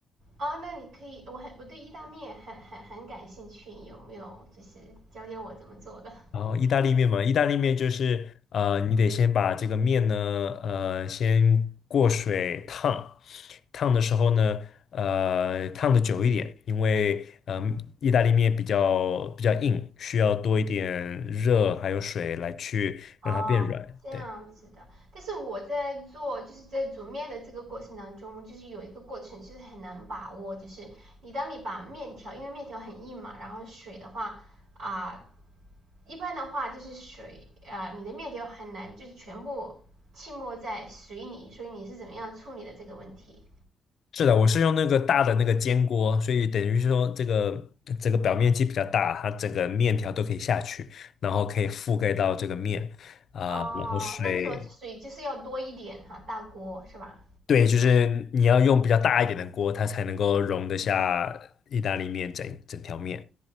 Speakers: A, on the right (about 85°); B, on the left (about 60°).
A: 哦，那你可以，我很我对意大利面很很很感兴趣，有没有就是教教我怎么做的？<laughs>
B: 然后意大利面嘛，意大利面就是呃，你得先把这个面呢，呃，先过水烫，烫的时候呢，呃，烫的久一点，因为嗯、意大利面比较比较硬，需要多一点热还有水来去让它变软。
A: 哦，这样子的。
B: 对，
A: 但是我在做，就是在煮面的这个过程当中，就是有一个过程，就是很难把握，就是你当你把面条，因为面条很硬嘛，然后水的话啊、一般的话就是水，呃，你的面条很难就是全部浸没在水里，所以你是怎么样处理的这个问题？
B: 是的，我是用那个大的那个煎锅，所以等于是说这个这个表面积比较大，它整个面条都可以下去，然后可以覆盖到这个面啊、
A: 哦，
B: 然后水。
A: 那个时候水就是要多一点哈，大锅是吧？
B: 对，就是你要用比较大一点的锅，它才能够容得下意大利面整整条面。